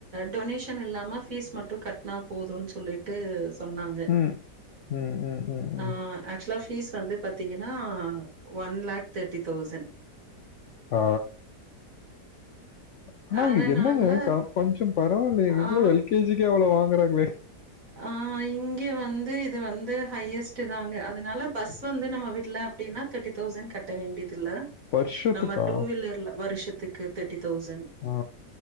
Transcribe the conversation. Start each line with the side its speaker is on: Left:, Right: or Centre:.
Right: டொனேஷன் இல்லாம ஃபீஸ் மட்டு கட்னா போதுன் சொல்லிட்டு சொன்னாங்க
Left: ம். ம், ம், ம், ம்.
Right: ஆ ஆக்சுவலா ஃபீஸ் வந்து பாத்தீங்கன்னா ஒன் லேக் தேட்டி தௌசண்
Left: ஆ ஆனா
Right: அதனால
Left: என்னங்க கா கொஞ்சோ பரவாயில்லே இவ்ளோ
Right: ஆ
Left: எல் கே ஜி க் கே இவ்ளோ வாங்குறாங்களே
Right: ஆ இங்க வந்து இது வந்து ஹையஸ்ட் தாங்க அதனால பஸ் வந்து நம்ம விட்ல அப்டின்னா தேர்டி தேளசண் கட்ட வேண்டியதில்ல
Left: வருஷத்துக்கா?
Right: நம்ம டூ வீலர்ல வருஷத்துக்கு தேர்ட்டி தௌசண்ட்
Left: ஆ.